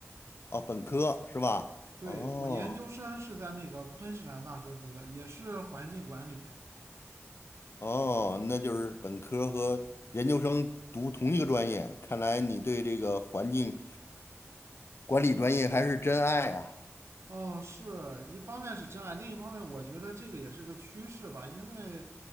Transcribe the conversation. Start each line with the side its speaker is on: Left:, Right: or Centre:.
Left: 哦，本科是吧？
Right: 对，
Left: 哦
Right: 我研究生是在那个昆士兰大学读的，也是环境管理。
Left: 哦，那就是本科和研究生读同一个专业，看来你对这个环境管理专业还是真爱啊。
Right: 哦，是一方面是真爱，另一方面我觉得这个也是个趋势吧，因为